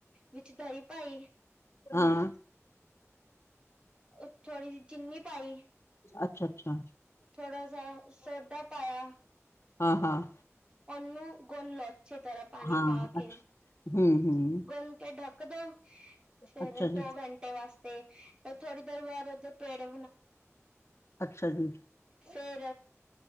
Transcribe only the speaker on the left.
ਹਾਂ।
ਅੱਛਾ ਅੱਛਾ
ਹਾਂ-ਹਾਂ
ਹਾਂ
ਅੱਛ ਹੂੰ ਹੂੰ
ਅੱਛਾ ਜੀ
ਅੱਛਾ ਜੀ।